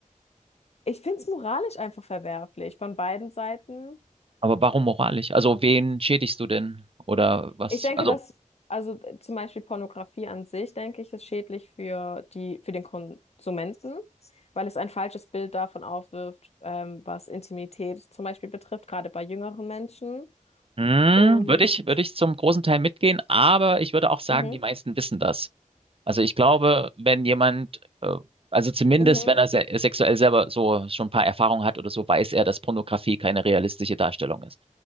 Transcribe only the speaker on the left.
ich finde es moralisch einfach verwerflich von beiden Seiten.
Ich denke,
dass, also äh, zum Beispiel Pornografie an sich, denke ich, ist schädlich für die, für den Konsumenten, weil es ein falsches Bild davon aufwirft, ähm, was Intimität zum Beispiel betrifft, gerade bei jüngeren Menschen.
Und
mhm,
mhm.